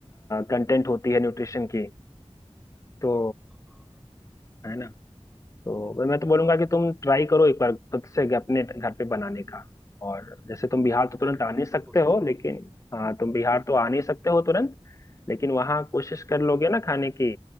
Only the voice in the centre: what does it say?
हाँ
नहीं
मैं
बिल्कुल
कोशिश
करूंगा